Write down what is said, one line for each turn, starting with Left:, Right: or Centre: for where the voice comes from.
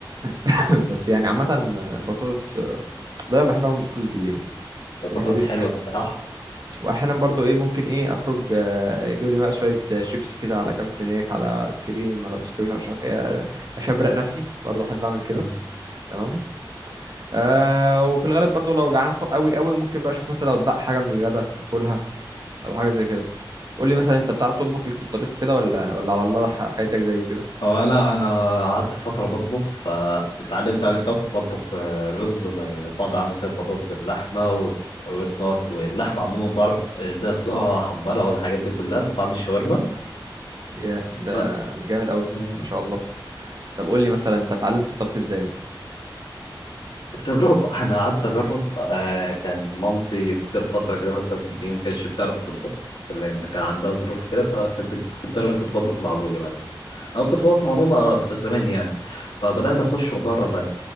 Right: <laughs> بس يعني عامة البطاطس دايما بحب اعمل بطاطس بالليل
Left: البطاطس
Right: بالنسبة لي.
Left: حلوه الصراحه
Right: واحيانا برضو ايه ممكن ايه اخرج آه، اجيب لي بقى شويه آه، شيبسي كده على كام سناك على ايس كريم على بسكويت على مش عارف ايه آه، اشبرق نفسي برضو احب اعمل كده
Left: مم.
Right: تمام آه وفي الغالب برضو لو جعان خ- قوي قوي ممكن بقى اشوف مثلا لو اتبقى حاجه من الغدا اكلها او حاجه زي كده قول لي مثلا انت بتعرف تطبخ ليك في الطبيخ وكده ولا ولا على الله ح- حياتك زي كده
Left: هو لا انا قعدت فتره بطبخ فاتعلمت عن الطبخ بطبخ آه، رز وبعض اعمل سلطه بطاطس باللحمه وس- واسمه دوت واللحمه عموما بعرف ازاي اسلقها احمرها والحاجات دي كلها بعمل شاورما
Right: ياه ده
Left: لا،
Right: جامد قوي
Left: مم.
Right: ما شاء الله طب قول لي مثلا انت اتعلمت الطبخ ازاي مثلا
Left: التجربه <laughs> انا قعدت اجرب آه، كان مامتي جت فتره كده مثلا ايه ما كانتش بتعرف تطبخ لان كان عندها ظروف كده فكانت بت... كنت انا كنت بطبخ مع ابويا مثلا او كنت بقف مع ماما آه، زمان يعني فبدات اخش واجرب انا